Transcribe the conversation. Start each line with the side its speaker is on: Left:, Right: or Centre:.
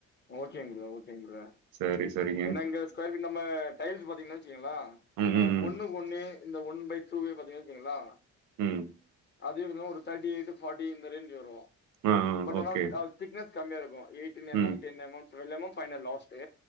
Left: ஓகேங் பிரதர் ஓகேங்க ப்ர
Right: சேரி சேரி
Left: ஏனா இங்க ஸ்கொயர் ஃபீட் நம்ம டைல்ஸ் பாத்தீங்கன் வெச்சுக்கங்ளே
Right: ம்
Left: நமக்கு
Right: ம் ம்
Left: ஒண்ணு க்கு ஒண்ணு இந்த ஒன் பை டூவே பாத்தீங்கன் வெச்சிங்ளா
Right: ம்
Left: அதே பாத்திங்னா ஒரு தேட்டி எய்ட்டு ஃபாட்டி இந்த ரேஞ்ச்சு வரு
Right: ஆ
Left: பட்
Right: ஓகே
Left: ஆனா க திக்னஸ் கம்மிய இருக்கு எயிட்டின்
Right: ம்
Left: எம் M ten M M twelve M M final last